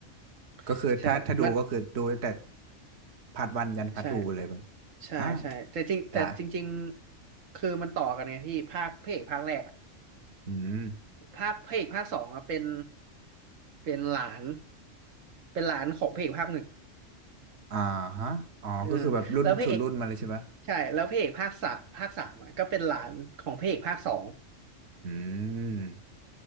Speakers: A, on the right; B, on the right.
A: ก็คือถ้าถ้าดูก็คือดูตั้งแต่
B: ๆใช่มัน
A: พาร์ทวันยันพาร์ททูเลยมัน
B: ใช่ ใช่ใช่แต่จริงแต่จริงๆคือมันต่อกันไงพี่ภาคพระเอกภาคแรกอะ
A: อ่าได้อืม
B: ภาคพระเอกภาคสองอะเป็นเป็นหลานเป็นหลานของพระเอกภาคหนึ่ง
A: อ่าฮะอ๋อก็คือแบบรุ่นสู่รุ่นมาเลยใช่ปะ
B: เออแล้วพระเอกใช่แล้วพระเอกภาคสามภาคสามอะก็เป็นหลานของพระเอกภาคสอง
A: อืม